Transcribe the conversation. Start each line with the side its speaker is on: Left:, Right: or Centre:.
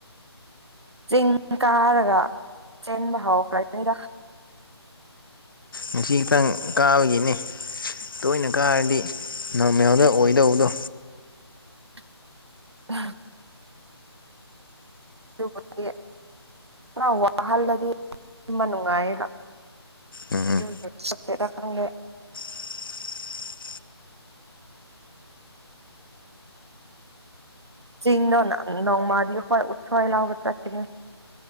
Right: ꯆꯤꯡ ꯀꯥꯔꯒ ꯆꯦꯟꯕ ꯍꯧꯎꯈ꯭ꯔꯒꯦꯗ꯫
Left: ꯉꯁꯤ ꯈꯤꯇꯪ ꯀꯥꯕꯒꯤꯅꯦ ꯇꯣꯏꯅ ꯀꯥꯔꯗꯤ ꯅꯣꯡꯃꯦꯌꯥꯝꯗ ꯑꯣꯏꯗꯧꯕꯗꯣ
Right: <unintelligible> ꯑꯗꯨꯕꯨꯒꯤ ꯈꯔ ꯋꯥꯍꯜꯂꯗꯤ ꯇꯨꯝꯚ ꯅꯨꯡꯉꯥꯏꯌꯦꯕ꯫
Left: ꯎꯝ
Right: <unintelligible>
Left: <unintelligible>
Right: ꯆꯤꯡꯅ ꯅꯧꯃꯥꯗꯤ ꯍ ꯎꯠꯁꫭꯏ ꯂꯑꯡꯧꯕ ꯆꯠꯀꯤꯅꯤ꯫